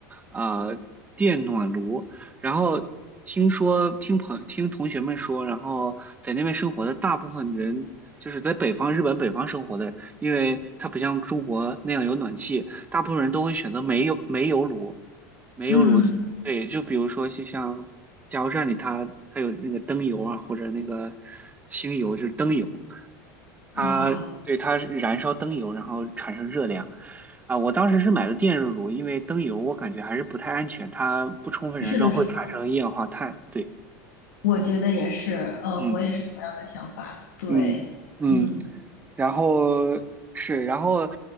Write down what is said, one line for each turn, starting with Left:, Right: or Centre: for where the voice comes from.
Right: 呃电暖炉。然后听说听朋听同学们说，然后在那边生活的大部分人，就是在北方日本北方生活的，因为它不像中国那样有暖气，大部分人都会选择煤油煤油炉，煤油炉对，
Left: 嗯
Right: 就比如说就像加油站里它它有那个灯油啊，或者那个清油，就是灯油。它对它燃烧灯油，
Left: 嗯啊，
Right: 然后产生热量。啊，我当时是买的电热炉，因为灯油我感觉还是不太安全，它不充分燃烧会产生一氧化碳。
Left: 是的，是的，
Right: 对，
Left: 我觉得也是，嗯，
Right: 嗯
Left: 我也是同样的想法。对，
Right: 嗯嗯，
Left: 嗯，
Right: 然后是，然后